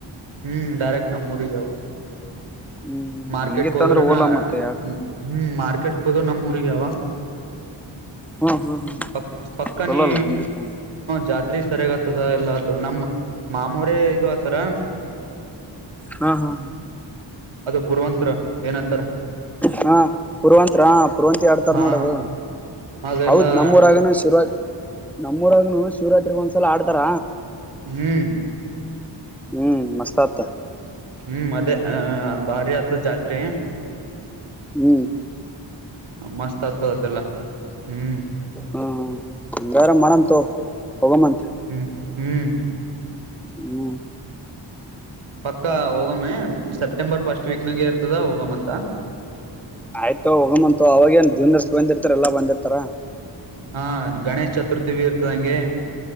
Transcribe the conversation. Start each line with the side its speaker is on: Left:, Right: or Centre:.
Right: ಹ್ಮ್ ಡೈರೆಕ್ಟ್ ನಮ್ಮ ಊರಿಗೆ ಅವ.
Centre: ಹ್ಮ್
Right: ಮಾರ್ಕೆಟ್ಗೆ
Centre: ಹಂಗಿತ್ತ
Right: ಹೋದ್ರ
Centre: ಅಂದ್ರೆ
Right: ಹ್ಮ್
Centre: ಓಲಾ ಮತ್ತೆ ಯಾಕ
Right: ಮಾರ್ಕೆಟ್ಗೆ ಹೋದ ನಮ್ಮ.
Centre: ಹ್ಮ್ ಹ್ಮ್ ಹ್ಮ್
Right: ಪಕ್ ಪಕ್ಕ
Centre: ಚಲೋಲ್ಲ
Right: ನೀ
Centre: ಹಂಗಿತ್ತ
Right: ಜತಿ. ತ್ರಿ ಸರಿಯಾಗ ಆತದ ಎಲ್ಲ ಆತದ ನಮ್ಮ್ ಮಾಮವರೆ ಇದು ಆತರ.
Centre: ಹಹಹ.
Right: ಪೂರ್ವಾಂತ್ರ ಏನ್ ಅಂತರ್.
Centre: ಹಾ ಪುರುವಂತರ ಪುರುವಂತಿ ಆಡ್ತಾರ
Right: ಹಾ
Centre: ನೋಡ ಅದ.
Right: ಅದೆಲ್ಲಾ
Centre: ಹೌದ್ ನಮ್ಮೂರಾಗನು ಶಿವರಾತ್ ನಮ್ಮೂರಾಗನು ಶಿವರಾತ್ರಿಗ್ ಒಂದ್ಸಲ ಆಡ್ತಾರ.
Right: ಹ್ಮ್.
Centre: ಹ್ಮ್ ಮಸ್ತ್ ಆತ.
Right: ಹ್ಮ್ ಅದೇ ಅ ಭಾರಿ ಆತದ ಜಾತ್ರಿ.
Centre: ಹ್ಮ್.
Right: ಮಸ್ತ್ ಆತು ಅದೆಲ್ಲ ಹ್ಮ್.
Centre: ಹ್ಮ್ ಹಂಗಾರ ಮಾಡಂತ ಹೋಗಮ್ಮಂತೆ.
Right: ಹ್ಮ್ ಹ್ಮ್.
Centre: ಹ್ಮ್.
Right: ಪಕ್ಕ ಹೋಗೊಮ್ಮ ಸೆಪ್ಟೆಂಬರ್ ಫಸ್ಟ್ ವೀಕ್ ನಾಗ ಇರ್ತದ ಹೋಗೋಮ್ ಅಂತ.
Centre: ಆಯ್ತು ಹೋಗೋಮ್ ಅಂತ ಅವಾಗೇನ್ ಜೂನಿಯರ್ಸ್ ಬಂದಿರ್ತಾರ ಎಲ್ಲಾ ಬಂದಿರ್ತಾರ.
Right: ಹಾ ಗಣೇಶ್ ಚತುರ್ಥಿ ಬಿ ಇರ್ತದಂಗೆ.